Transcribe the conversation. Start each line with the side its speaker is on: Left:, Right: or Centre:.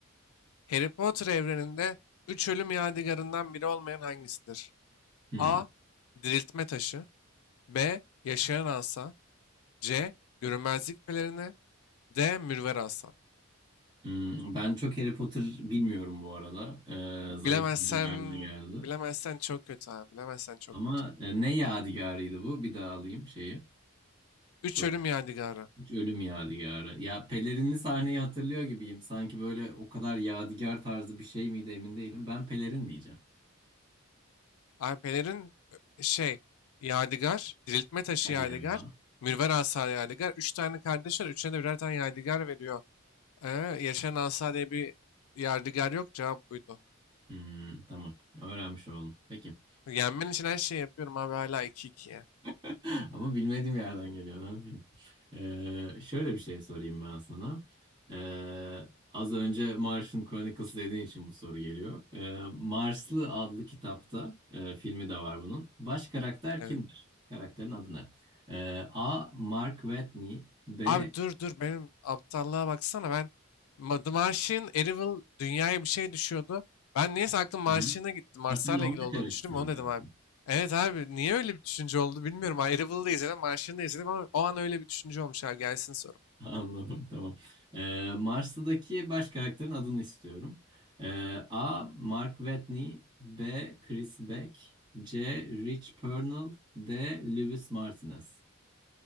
Left: Harry Potter evreninde üç ölüm yadigarından biri olmayan hangisidir?
Right: Hmm.
Left: A. Diriltme taşı. B. Yaşayan asa. C. Görünmezlik pelerini. D. Mürver asa.
Right: Hmm, ben çok Harry Potter bilmiyorum bu arada. Ee, zayıf
Left: Bilemezsen,
Right: bir yerden geldi.
Left: bilemezsen çok kötü abi. Bilemezsen çok
Right: Ama
Left: kötü.
Right: e, ne yadigarıydı bu? Bir daha alayım şeyi.
Left: Üç
Right: Soruyu.
Left: ölüm yadigarı.
Right: Hiç Ölüm yadigarı. Ya pelerinli sahneyi hatırlıyor gibiyim. Sanki böyle o kadar yadigar tarzı bir şey miydi emin değilim. Ben pelerin diyeceğim.
Left: Alpelerin e, şey yadigar, diriltme taşı
Right: Hadi
Left: yadigar,
Right: yani.
Left: mürver asa yadigar. Üç tane kardeş var. Üçüne de birer tane yadigar veriyor. Ee, yaşayan asa diye bir yadigar yok. Cevap buydu.
Right: Hmm, tamam. Öğrenmiş oldum. Peki.
Left: Yenmen için her şeyi yapıyorum abi hala iki ikiye.
Right: <laughs> Ama bilmediğim yerden geliyor, ne yapayım? Ee, şöyle bir şey sorayım ben sana. Ee, az önce Martian Chronicles dediğin için bu soru geliyor. Ee, Marslı adlı kitapta, e, filmi de var bunun. Baş karakter
Left: Evet.
Right: kimdir? Karakterin adı ne? Ee, A. Mark Watney B.
Left: Abi dur dur benim aptallığa baksana ben Ma- The Martian, Arrival dünyaya bir şey düşüyordu. Ben niyeyse aklım Martian'a
Right: Hı?
Left: gitti. Marslarla
Right: Ha, sen onunla
Left: ilgili olduğunu
Right: karıştırdın.
Left: düşündüm. Onu dedim abi. Evet abi niye öyle bir düşünce oldu bilmiyorum. abi Arrival'ı da izledim, Martian'ı da izledim ama o an öyle bir düşünce olmuş abi. Gelsin soru.
Right: Anladım tamam. Ee, Mars'taki baş karakterin adını istiyorum. Ee, A. Mark Watney B. Chris Beck C. Rich Pernell D. Lewis Martinez